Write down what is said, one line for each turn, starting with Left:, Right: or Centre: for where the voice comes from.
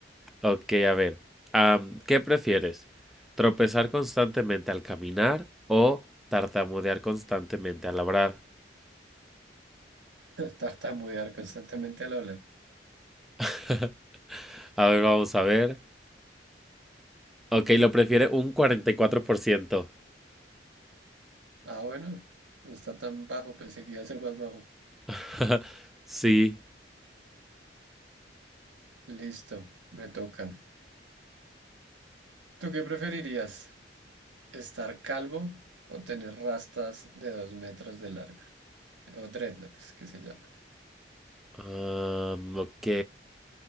Centre: ok, a ver, am, ¿qué prefieres? ¿Tropezar constantemente al caminar o tartamudear constantemente al hablar?
Right: <laughs> Tartamudear constantemente al hablar.
Centre: <laughs> A ver, vamos a ver. Ok, lo prefiere un 44%.
Right: Ah, bueno, no está tan bajo, pensé que iba a ser más bajo.
Centre: <laughs> Sí.
Right: Listo, me toca. ¿Tú qué preferirías? ¿Estar calvo o tener rastas de dos metros de largo? O dreadlocks, que se llama.
Centre: Am, ok.